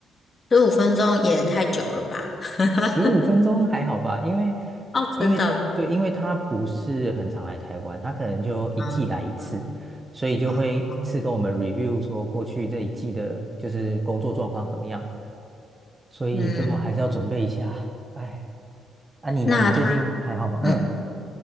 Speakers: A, on the left; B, on the right.
A: 十五分钟也太久了吧？<laughs>
B: 十五分钟还好吧，因为
A: 哦，真的，
B: 因为对，因为他不是很常来台湾，他可能就一季来一次，
A: 嗯嗯，
B: 所以就会一次跟我们
A: 哦哦，
B: review 说过去这一季的就是工作状况怎么样，所以就还是要准备一下。
A: 嗯，
B: 哎，啊你呢？
A: 那他，
B: 你最近还好吗？嗯，
A: 嗯，